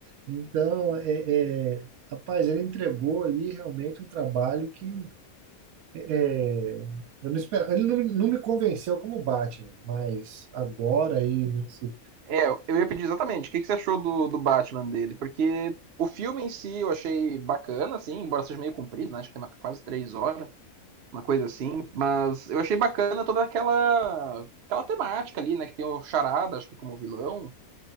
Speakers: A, on the right; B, on the right.
A: Então, é, é, rapaz, ele entregou ali realmente um trabalho que é, Eu não espero, ele não, não me convenceu como Batman, mas agora aí nesse.
B: É, eu ia pedir exatamente. O que, que você achou do, do Batman dele? Porque o filme em si eu achei bacana, assim, embora seja meio comprido, né? Acho que tem quase três horas. uma coisa assim. Mas eu achei bacana toda aquela, aquela temática ali, né? Que tem o Charada, acho que como vilão.